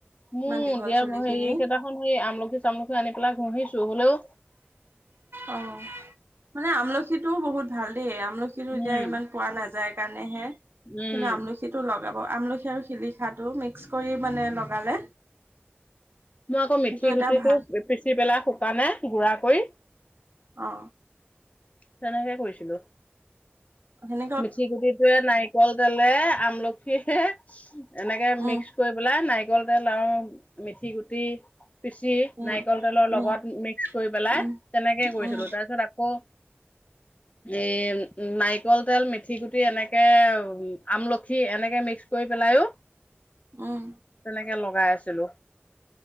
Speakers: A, on the left; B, on the right.
A: মোৰ
B: ইমান দীঘল
A: দিয়া
B: চুলি
A: হেৰি
B: খিনি
A: কেইদিনাখন হেয় আমলখি চামলখি আনি। ক'লা ঘহিছো হ'লেও
B: অ, মানে আমলখিটোও বহুত ভাল দেই আমলখি এতিয়া
A: উম,
B: ইমান পোৱা নাযায়। সেই কাৰণে হে
A: উম,
B: কিন্তু আমলখিটো লগ আমলখি আৰু শিলিখাটো মিক্স কৰি মানে লগালে
A: মই আকৌ মিথি
B: সেইটো
A: গুটিটো
B: এটা ভাল
A: পিচি পেলাই শুকানে গুড়া কৰি
B: অ
A: তেনেকে কৈছিলো
B: হ
A: মিঠি গুটিটোয়ে নাৰিকল তেলে আমলখি এনেকে
B: উম
A: মিক্স কৰি পেলাই নাৰ নাৰিকল কল তেল আৰু মিথি গুটি পিচি
B: উম
A: নাৰিকল তেলৰ
B: উম
A: লগত মিক্স কৰি পেলাই,
B: উম
A: তেনেকেই কৰিছিলো
B: উম
A: তাৰ পিছত আকৌ। এই নাৰিকল তেল মিথি গুটি এনেকে আমলখি এনেকে মিক্স কৰি পেলাইয়ো
B: উম
A: লগাই আছিলো